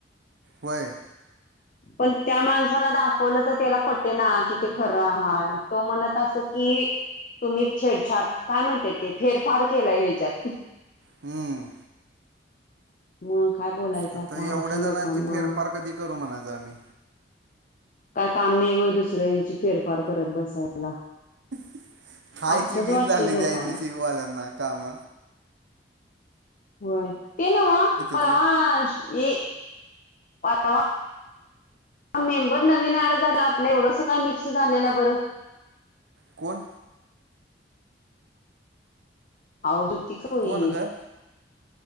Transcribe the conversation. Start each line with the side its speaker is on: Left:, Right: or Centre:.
Right: होय.
Left: पण त्या माणसाला दाखवलं, तर त्याला पटेना किती खरं हाय. तो म्हणत असल की कि तुम्ही छेड-छाड काय म्हणता ते. फेरफार केलाय ह्याच्यात.
Right: हम्म
Left: मग. काय बोलायचं
Right: आता एवढ्या
Left: अशा
Right: जणांची
Left: लोकांना
Right: फेरफार कधी करू म्हणायच आम्ही.
Left: काय काम नाही होय दुसरं. फेरफार करत बसायला.
Right: काय
Left: असंच
Right: ते व्हिन
Left: वाटते
Right: झालय.
Left: लोकांना
Right: त्या येमिसेबी वाल्यांना काम.
Left: होय ते नाव परवा
Right: तुम्ही
Left: ये. पावा <unintelligible> ह मेंबर नवीन आड झाला, आपल्या एवढंस काय मिक्स झालेलं बरं.
Right: कोण.
Left: औ त का होई.
Right: कोण
Left: <unintelligible>
Right: ग